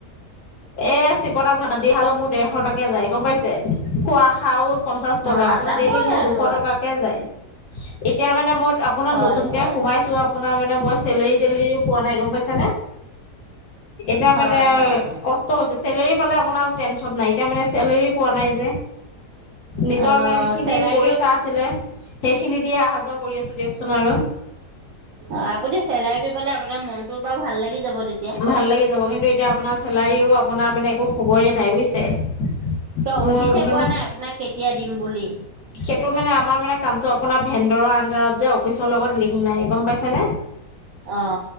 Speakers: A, on the left (about 55°); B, on the right (about 65°).
A: এ চিকতা বুলি <unintelligible> মোৰ দেৰশ টাকে যায় গম পাইছে, খোৱা খাও পঞ্চাশ টকা,
B: অ
A: আপোনাৰ
B: যাবই
A: ডেইলীক মোৰ
B: আৰু
A: দুশ টকাকে যায়। এতিয়া মানে মই আপোনাৰ
B: হয়
A: নতুনকে
B: হয়
A: সোমাইছো আপোনাৰ মানে মই চেলেৰী-টেলেৰীও পোৱা নাই, গম পাইছনে? এতিয়া
B: হয়
A: মানে
B: হয়
A: কষ্ট হৈছে, চেলেৰী পালে আপোনাৰ টেনচন নাই, এতিয়া মানে চেলেৰি পোৱা নাই যে। নিজৰ
B: অ
A: মানে যিখিনি
B: চেলাইটো
A: পইচা আছিলে, সেইখিনি দিয়ে অহা যোৱা কৰি আছো দিও চোন আৰু
B: অ, আপুনি চেলাৰীটো পালে আপোনাৰ মনটো বাৰু ভাল লাগি যাব তেতিয়া।
A: ভাল লাগি যাব, কিন্তু এতিয়া আপোনাৰ চেলাৰীও আপোনাৰ মানে একো খবৰেই নাই বুজিছে।
B: কিয়,
A: মোৰ
B: অফিচে
A: মানে
B: কোৱা নাই আপোনাক কেতিয়া দিম বুলি?
A: সেইটো মানে, আমাৰ মানে, কামটো আপোনাৰ ভেন্দৰৰ আন্দাৰত যে, অফিচৰ লগত লিংক নাই। গম পাইছে নে?
B: অ।